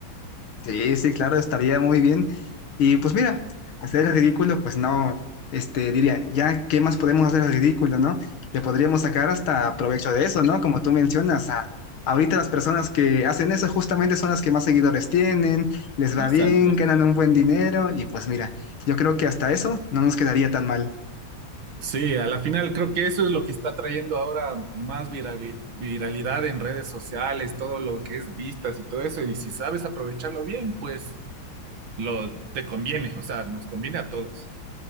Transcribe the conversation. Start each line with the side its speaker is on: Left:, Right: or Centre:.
Left: Sí, sí, claro, estaría muy bien. Y pues mira, hacer el ridículo, pues no, este, diría, ya, ¿qué más podemos hacer el ridículo, no? Le podríamos sacar hasta provecho de eso, ¿no? Como tú mencionas, a- ahorita las personas que hacen eso justamente son las que más seguidores tienen, les
Right: Exacto.
Left: va bien, ganan un buen dinero y pues mira, yo creo que hasta eso no nos quedaría tan mal.
Right: Sí, a la final creo que eso es lo que está trayendo ahora más vira- vi- viralidad en redes sociales, todo lo que es vistas y todo eso. Y si sabes aprovecharlo bien, pues lo te conviene, o sea, nos conviene a todos.